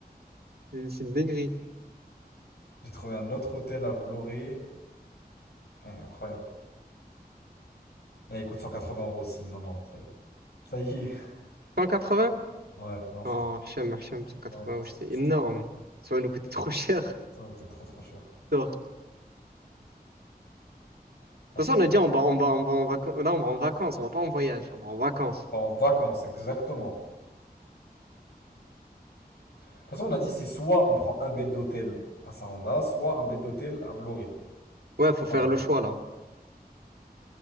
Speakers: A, on the right; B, on the left.
A: C'est c'est une dinguerie.
B: J'ai trouvé un autre hôtel à Vloré. Eh, incroyable. Eh, il coûte 180 euros aussi. Non, non, ça y est. Ça y est. <laughs>
A: 180?
B: Ouais, non, c'est
A: Oh,
B: trop.
A: Hacham, Hacham, 180,
B: Non, non,
A: wesh,
B: c'est
A: c'est
B: trop, c'est
A: énorme. Ça va nous coûter trop cher.
B: trop, c'est trop trop cher.
A: Non. De toute
B: Après,
A: façon,
B: si
A: on a
B: on
A: dit, on va, on va, on va en vacances. Là, on va en vacances, on va pas en voyage, on va en vacances.
B: part en vacances, exactement. toute façon, on a dit c'est soit on prend un bed d'hôtel à Saranda, soit un bed d'hôtel à Vloré.
A: Ouais, faut
B: Enfin,
A: faire le choix, là.